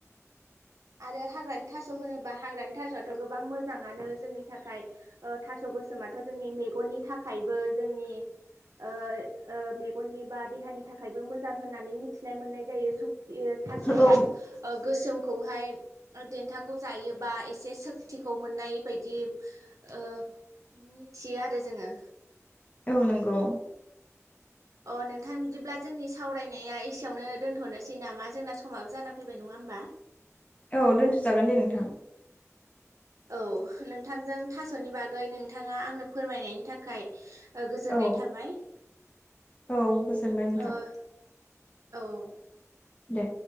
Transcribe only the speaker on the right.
आरो हाग्रानि थास' होनोब्ला हाग्रानि थास'आथ' गोबां मोजांङानो जोंनि थाखाय ओ थास' गोम मा थ' जोंनि मेगननि थाखायबो जोंनि ओ ओ मेगननि बा देहानि थाखायबो मोजां होननानै मिथिनो मोननाय जायो सु यो थास' ओ
गोसोम फाय देन्थाखौ जायोबा एसे सक्तिखौ मोननाय बायदि ओ मिथियो आरो जोंङो
अ नोंथां बिदिब्ला जोंनि सावरायनाया एसेयावनो दोन्थ'नोसै नामा जोंना समाबो जाना फैबाय नङा होमबा
औ नों थांजों थास'नि बागै नों थाङा आंनो फोरमायनायनि थाखाय गोजोननाय
थाबाय
ओ औ